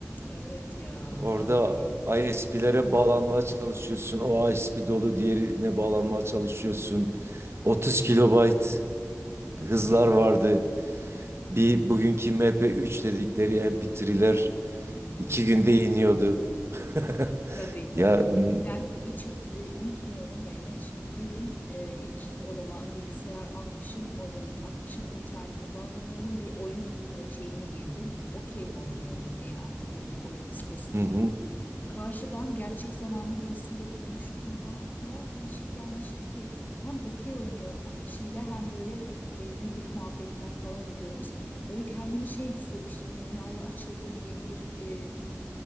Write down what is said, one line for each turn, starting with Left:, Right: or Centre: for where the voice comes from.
Left: Evet ya
Right: Orada
Left: vallahi.
Right: ISP'lere bağlanmaya çalışıyorsun. O ISP dolu diğerine bağlanmaya çalışıyorsun. 30 kilobayt
Left: Hmm,
Right: hızlar vardı. Bir bugünkü MP3 dedikleri MP3'ler
Left: hmm.
Right: iki günde iniyordu. <laughs>
Left: Tabii tabii.
Right: Ya n-
Left: Ben hiç hat- e, unutmuyorum Mehmet. Şimdi bir gün e, ilk odama bilgisayar almışım, modemi takmışım, internete bağlanıyorum. Bir oyun e, şeyine girdim. Okey mi oynuyorum? Ne artık öyle bir oyun sitesine
Right: hı
Left: girdim.
Right: hı.
Left: Karşıdan gerçek zamanlı birisiyle konuştum ve bana o kadar değişik gelmişti ki hem okey oynuyorum o kişiyle hem böyle e, günlük muhabbetler falan ediyoruz. Böyle kendimi şey hissetmiştim, dünyaya açıldım, yeni bir e,